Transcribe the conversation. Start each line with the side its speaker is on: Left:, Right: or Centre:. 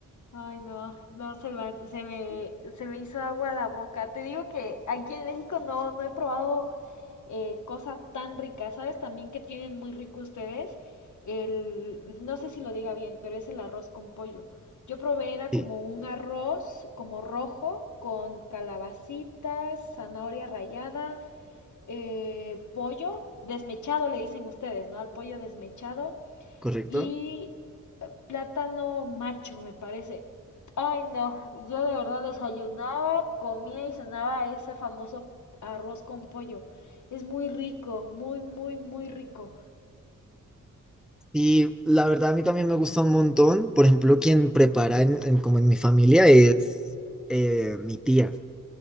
Left: Ay, no, no, se me, se me, se me hizo agua la boca. Te digo que aquí en México no, no he probado eh, cosa tan rica. ¿Sabes también que tienen muy rico ustedes? El, no sé si lo diga bien, pero es el arroz con pollo. Yo probé, era
Centre: Sí,
Left: como un arroz, como rojo, con calabacitas, zanahoria rallada, eh, pollo desmechado, le dicen ustedes, ¿no? Al pollo desmechado
Centre: correcto.
Left: y eh, plátano macho, me parece. Ay, no, yo de verdad desayunaba, comía y cenaba ese famoso arroz con pollo. Es muy rico, muy, muy, muy rico.
Centre: Y la verdad a mí también me gusta un montón. Por ejemplo, quien prepara en, en- como en mi familia es eh, mi tía